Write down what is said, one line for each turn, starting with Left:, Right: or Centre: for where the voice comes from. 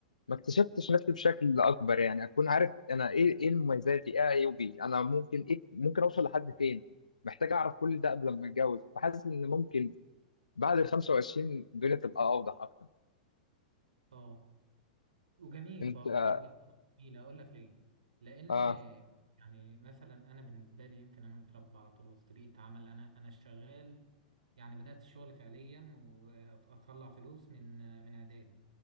Left: ما اكتشفتش نفسي بشكل اكبر يعني اكون عارف انا ايه ايه مميزاتي ايه عيوبي انا ممكن ايه ممكن اوصل لحد فين محتاج اعرف كل ده قبل ما اتجوز فحاسس ان ممكن بعد ال 25 الدنيا تبقى اوضح اكتر
Right: أه وجميل
Left: انت
Right: برضه
Left: اه
Right: هي وجهة نظر جميلة أقول لك ليه؟ لأن
Left: اه
Right: يعني مثلا أنا بالنسبة لي يمكن أنا متربى على طول وسط بيئة عمل أنا أنا شغال يعني بدأت الشغل فعليا وأطلع فلوس من من إعدادي